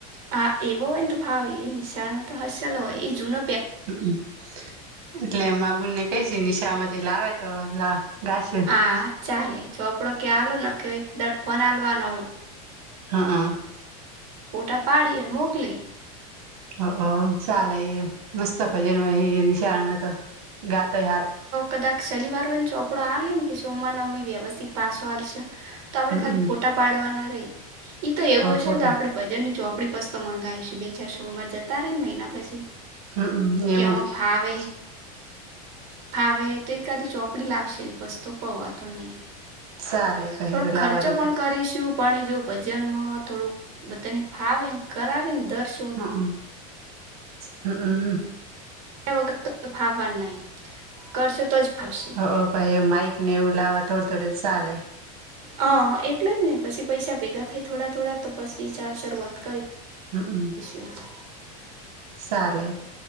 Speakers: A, on the right; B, on the right.
A: હા એવો હોય ને તો ફાવી એ નિશાળનો તો હસલો હોય એ જૂન
B: હમ એટલે માબુને કઈ છે નિશામાંથી લાવે તો લ ગાસ
A: હા ચાલે ચોપડો કે આલોો ને કે એક દર ફોન આલવા ન
B: હા હ
A: ફટા પાડી અને મોકલી
B: ચાાલ એ મસ્ત ભજન હોય નિશાળ તો ગઆવે
A: કદાક શનિવાર હોય ને ચોપડો આ લે ને કે સોમવાની વ્યવસ્થિત પાછો આલશે. તો આપણે
B: હમ
A: ખાલી ફોટા પાડવાના રહી ઈતો એવું હશે
B: ફોટા
A: ને તો વજન ની ચોપડી પસ તો મંગાવીશું બે ચાર સોમવાર જતા રહી ને મહિના પછી
B: હમમ એમ
A: કે હ ફાવે હે તો એકાધ ચોપડી લાવશે પસ તો ક વોધો નહી.
B: ચાલે પહી
A: થોડો
B: તો લાવવાની
A: ખર્ચો પણ
B: તો
A: કરીશું. પણ જો ભજન થોડુંક બધાને ફાવે ને કરાવે ને દર્શ
B: હમમ હમમ
A: વ ફાવવા નહી કરશો તો જ ફાવશે
B: હ પાઈ માઈક નેવું લવા થોડે થોડે ચાલે.
A: હ એટલે જ ને પછી પૈસા ભેગા થાય થોડા થોડા તો પછી શરૂઆત કરી.
B: હમમ
A: <unintelligible>
B: શાલે